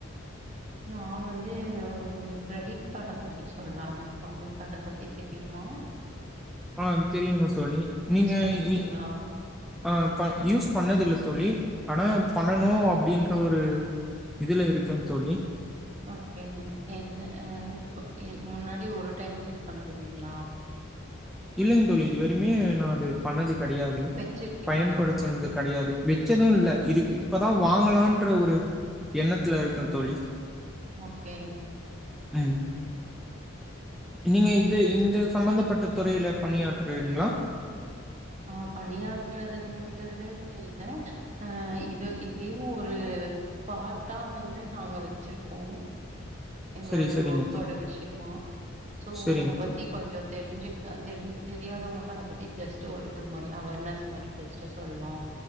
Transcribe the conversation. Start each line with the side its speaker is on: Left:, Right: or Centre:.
Right: நா வந்து ஒரு கிரெடிட் கார்டை பத்தி சொல்லலானு இருக்கே உங்களுக்கு அத பத்தி தெரியுமா
Centre: ஆஹ் தெரியுங்க தோழி நீங்க
Right: யூஸ் பண்ணிருக்கீங்களா
Centre: இ ஆஹ் ப யூஸ் பண்ணதுல்லதோழி ஆனா
Right: ஆ
Centre: பண்ணணு அப்படின் ஒரு இதுல இருக்குன் தோழி
Right: ஓகே என்ன அஹ் இது முன்னாடி ஒரு டைம் யூஸ் பண்ணது இல்லைங்களா
Centre: இல்லைங்க தோழி இதுவரைமே நா அது பண்ணதுக்கு கெடையாது
Right: வச்சிருக்கீங்க
Centre: பயன்படுத்தனதுக்கு
Right: ஆனா
Centre: கெடையாது வெச்சது இல்ல இதுக்கு இப்பதா வாங்கலான்ன்ற ஒரு எண்ணத்துல இருக்க தோழி
Right: ஓகே
Centre: உஹம் நீங்க இது இந்த சம்பந்தப்பட்ட துறையில பணியாற்றீங்களா
Right: ஆஹ் பணியாற்றுறதுன்றது இல்ல ஆஹ் இதையு ஒரு பார்ட்டா வந்து நாங்க வச்சிருப்போ எங்களுடைய
Centre: சரி சரிங்க
Right: ஒர்க்கோட
Centre: தோழி
Right: விஷயமா சோ
Centre: சரிங்க
Right: அத பத்தி
Centre: தோழி
Right: கொஞ்சம் தெரிஞ்சு தா தெ தெரியாதவங்களுக்கு அத பத்தி ஜஸ்ட்ட் ஒரு இது மாரி அஃவெர்னஸ் மாரி ஜெஸ்ட் சொல்லலாம்